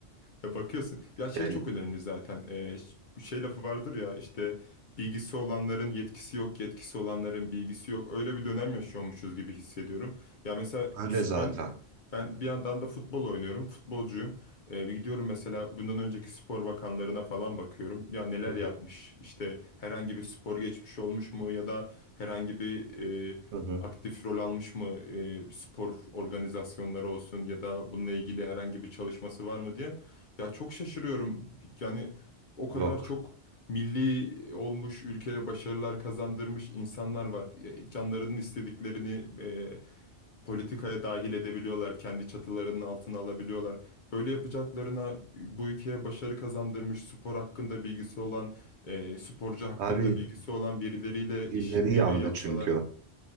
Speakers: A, on the left (about 55°); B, on the right (about 75°).
A: ya bakıyorsun. Ya şey
B: E,
A: çok önemli zaten. Ee, ş- bu şey lafı vardır ya işte bilgisi olanların yetkisi yok, yetkisi olanların bilgisi yok. Öyle bir dönem yaşıyormuşuz gibi hissediyorum. Ya mesela
B: öyle zaten.
A: ben ben bir yandan da futbol oynuyorum, futbolcuyum. Ee, bir gidiyorum mesela bundan önceki spor bakanlarına falan bakıyorum. Ya neler
B: Hı hı,
A: yapmış? İşte herhangi bir spor geçmiş olmuş mu ya da herhangi bir e,
B: hı hı.
A: aktif rol almış mı e, spor organizasyonları olsun ya da bununla ilgili herhangi bir çalışması var mı diye. Ya çok şaşırıyorum. Yani o kadar
B: Yok.
A: çok milli olmuş, ülkeye başarılar kazandırmış insanlar var. Ya Canlarının istediklerini e, politikaya dahil edebiliyorlar, kendi çatılarının altına alabiliyorlar. Böyle yapacaklarına bu ülkeye başarı kazandırmış, spor hakkında bilgisi olan, e, sporcu hakkında
B: Abi
A: bilgisi olan birileriyle
B: dilleri
A: iş birliği
B: yandı
A: yapsalar,
B: çünkü.